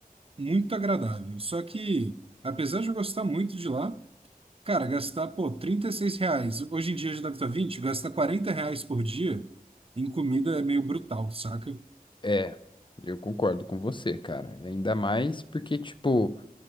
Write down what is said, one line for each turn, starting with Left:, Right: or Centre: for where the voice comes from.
Right: muito agradável. Só que, apesar de eu gostar muito de lá, cara, gastar, pô, 36 reais, hoje em dia já deve estar 20. gastar 40 reais por dia em comida é meio brutal, saca?
Left: É, eu concordo com você, cara. Ainda mais porque, tipo,